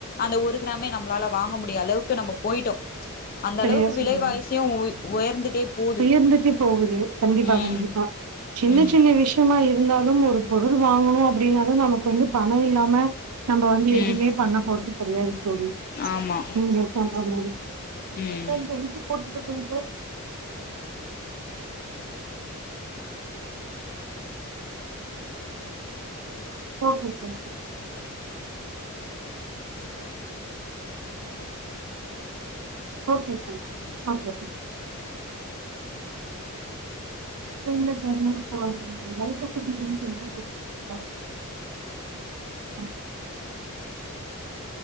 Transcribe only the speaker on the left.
அந்த ஒரு கிராமே நம்மளால வாங்க முடிய அளவுக்கு நம்ம போயிட்டோம் அந்த
அளவுக்கு
விலை வாயிசியும் உயர்ந்துட்டே போது
ம்
ம்
ம்
ஆமா
ம்
<inaudible>